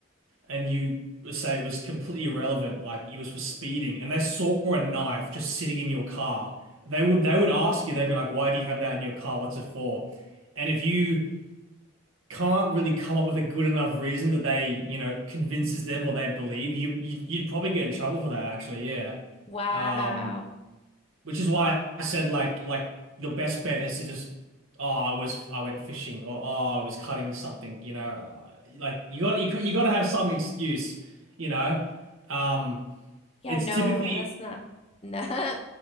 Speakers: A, on the right (about 75°); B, on the left (about 30°).
A: and you say it was completely irrelevant, like it was for speeding, and they saw a knife just sitting in your car. They would they would ask you, they'd be like, "Why do you have that in your car? What's it for?" And if you can't really come up with a good enough reason that they, you know, convinces them or they believe, you, you you'd probably get in trouble for that, actually. Yeah.
B: Wow.
A: Um, Which is why I said like like your best bet is to just oh I was I went fishing or oh I was cutting something you know like you got you got- you got to have some excuse you know um
B: Yeah,
A: it's
B: no,
A: typically
B: that's not. <laughs> Nah.